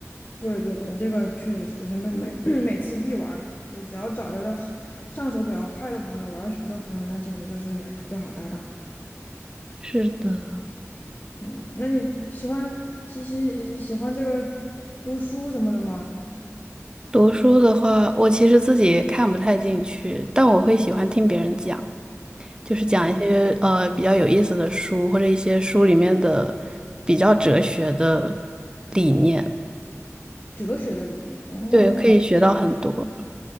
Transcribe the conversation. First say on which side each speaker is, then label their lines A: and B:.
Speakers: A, on the left (about 40°); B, on the right (about 15°).
A: 对对对，这个确实是，就是每每 <clears throat> 每次必玩儿，就只要找着这上手比较快的朋友，玩儿熟的朋友，那简直就是哎最好搭档。
B: <laughs> 是的，
A: 嗯，那你喜欢喜喜喜欢这个读书什么的吗？
B: 读书的话，我其实自己看不太进去，但我会喜欢听别人讲。就是讲一些呃比较有意思的书，
A: 嗯。
B: 或者一些书里面的比较哲学的理念，
A: 哲学的理念，嗯
B: 对，可以学到很多。